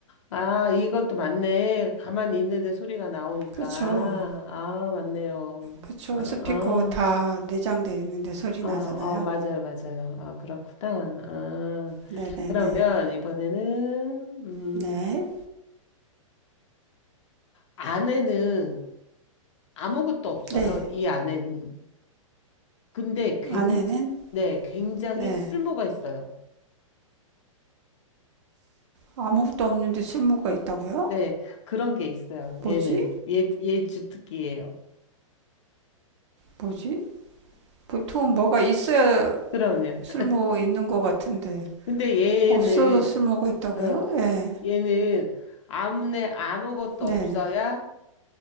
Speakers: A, on the left; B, on the right.
A: 아, 이것도 맞네. 가만히 있는데 소리가 나오니까.
B: 그렇죠.
A: 아, 맞네요.
B: 그렇죠.
A: 아,
B: 스피커
A: 아,
B: 다 내장돼 있는데 소리
A: 아
B: 나잖아요.
A: 어, 맞아요, 맞아요. 아, 그렇구나. 아,
B: 네, 네,
A: 그러면
B: 네.
A: 이번에는, 음,
B: 네,
A: 아내는 아무것도 없어요,
B: 네.
A: 이 안에는. 근데 굉,
B: 아내는
A: 네, 굉장히
B: 네.
A: 쓸모가 있어요.
B: 아무것도 없는데 쓸모가 있다고요?
A: 네, 그런 게 있어요,
B: 뭐지?
A: 얘는. 얘, 얘 주특기예요.
B: 뭐지? 보통 뭐가 있어야
A: 그럼요.
B: 쓸모 있는 것 같은데
A: 근데 얘는,
B: 없어도 쓸모가 있다고요?
A: 어,
B: 네,
A: 얘는 아무네 아무것도
B: 네.
A: 없어야